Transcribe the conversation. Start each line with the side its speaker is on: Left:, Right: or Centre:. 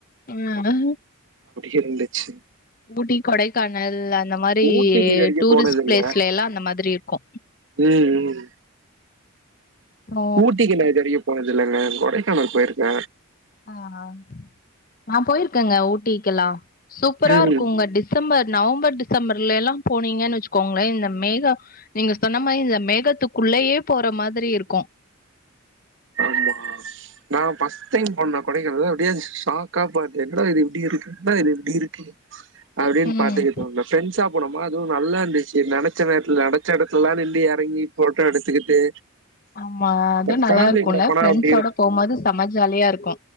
Left: ம்
Right: இருந்துச்சி
Left: ஊட்டி கொடைக்கானல் அந் இந்த மாரி
Right: ஊட்டிக்கு இது வரைக்கும்
Left: டூரிஸ்
Right: போனது
Left: பிளேஸ்ல
Right: இல்ல.
Left: எல்லா அந்த மாதிரி இருக்கு
Right: ம், ம்.
Left: ஓ
Right: ஊட்டிக்கு நா இதுவரைக்கு போனது இல்லங்க கொடைக்கானல் போய்ருக்க
Left: ஆஹா நா போய்ருக்கங்க ஊட்டிக்கெல்லா சூப்பரா
Right: ம்,
Left: இருக்குங்க டிசம்பர் நவம்பர் டிசம்பர்ல எல்லா போனீங்கன் வச்சுக்கோங்களே இந்த மேக நீங்க சொன்ன மாரி இந்த மேகத்துக்குள்ளயே போற மாதிரி இருக்கு
Right: ஆமா நா ஃபஸ்ட் டைம் போனா கொடைக்கானல் அப்டியே சாக்கா பாத்தே என்னடா இது இப்டி இருக்கு என்னடா இது இப்டி இருக்கு அப்டின்
Left: ம்
Right: பாத்துக்க தோனு ஃப்ரெண்ஸா போனோமா அதுவு நல்லாந்துச்சி நெனச்ச நேரத்ல நெனச்ச எடத்துல்லா நின்னு எறங்கி ஃபோட்டோ எடுத்துக்கிட்டு
Left: ஆமா அதுவு நல்லா
Right: ஃபேமிலி
Left: இருக்குல்ல
Right: கூட போனா
Left: ஃப்ரெண்ஸோட
Right: அப்படி
Left: போம்போது சம ஜாலியா இருக்கு